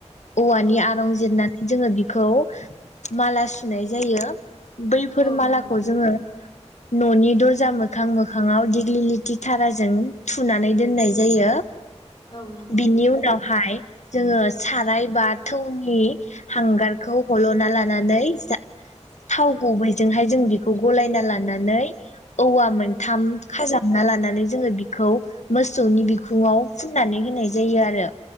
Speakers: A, on the left; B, on the left.
A: औवानि
B: औ
A: आरं जिरना जोङो बिखौ माला सुनाय जायो। बैफोर
B: औ
A: मालाखौ
B: नंगौ
A: जोङो न'नि दर्जा मोखां मोखाङाव दिग्लिलिथि थाराजों थुनानै दोननाय जायो
B: औ नंगौ
A: बिनि उनावहाय जोङो साराय बा थौनि हांगारखौ हल'ना लानानै जा थाव गुबैजोंहाय जों बेखौ गलायना लानानै औवा मोनथाम
B: औ
A: खाजाबना लानानै जोङो बिखौ मोसौनि बिखुङाव फुननानै होनाय जायो आरो